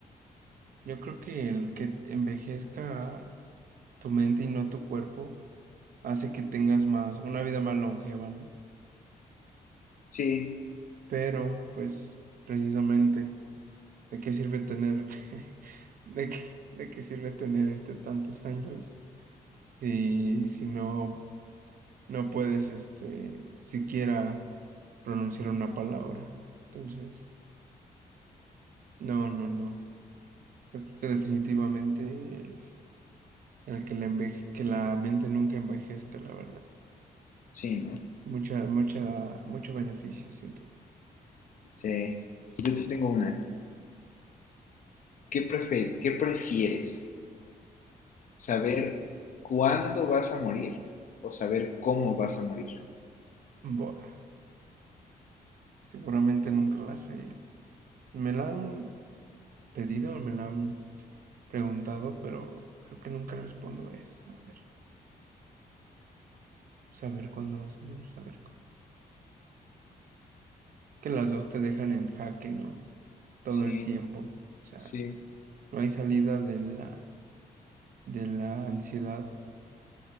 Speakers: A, on the right (about 65°); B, on the left (about 60°).
A: yo creo que el que envejezca tu mente y no tu cuerpo hace que tengas más, una vida más longeva, ¿no?
B: Sí,
A: Pero, pues, precisamente. ¿De qué sirve tener, <laughs> de qué, de qué sirve tener este tantos años si, si no, no puedes este siquiera pronunciar una palabra? Entonces, no, no, no. Yo creo que definitivamente el, el que la enveje- que la mente nunca envejezca, la verdad.
B: sí, ¿no?
A: Mucha, mucha, mucho beneficio, siento yo.
B: Sí. Yo te tengo una. ¿Qué prefer- qué prefieres? ¿Saber cuándo vas a morir o saber cómo vas a morir?
A: Buah, seguramente nunca la sé. Me la han pedido, me la han preguntado, pero creo que nunca respondo esa. A ver. saber cuándo vas a morir, saber cómo. Que las dos te dejan en jaque, ¿no? Todo
B: Sí,
A: el tiempo. O sea,
B: sí.
A: no hay salida de la, de la ansiedad.